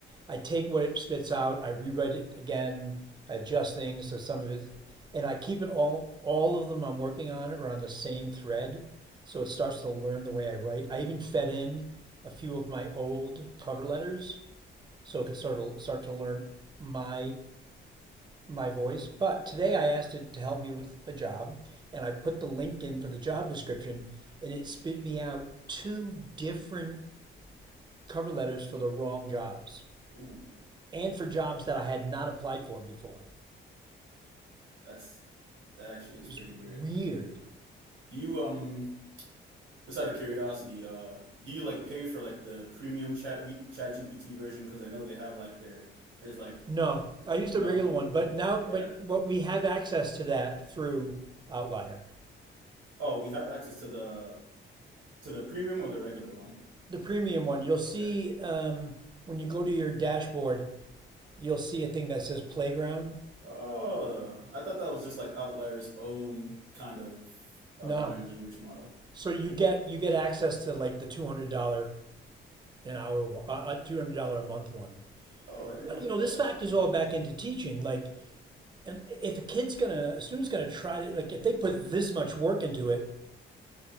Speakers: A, on the right; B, on the right.
A: I take what it spits out, I rewrite it again, I adjust things so some of it and I keep it all all of them I'm working on are on the same thread, so it starts to learn the way I write. I even fed in a few of my old cover letters so it could sort of start to learn my my voice. But today I asked it to help me with a job, and I put the link in for the job description, and it spit me out two different cover letters for the wrong jobs
B: Ooh,
A: and for jobs that I had not applied for before.
B: that's that actually
A: It
B: is
A: was
B: pretty weird.
A: weird.
B: Do you um Just out of curiosity, uh, do you like pay for like the premium chat B chat GPT version? Because I know they have like their there's like
A: No, I used
B: no,
A: a regular one, but now, but
B: yeah.
A: but we have access to that through Outlier,
B: Oh, we have access to the to the premium or the regular one.
A: the premium one. You'll see
B: Right.
A: um, when you go to your dashboard, you'll see a thing that says playground.
B: Oh, I thought that was just like Outlier's own kind of uh,
A: No,
B: learn language model.
A: So you
B: Hmm.
A: get you get access to like the two hundred dollar an hour, one- uh, uh, two hundred dollar a month one.
B: Oh, I didn't
A: But
B: know that.
A: you know
B: That's
A: this factors
B: actually pretty
A: all
B: neat.
A: back into teaching. Like, and if a kid's gonna, a student's gonna try to like, if they put this much work into it,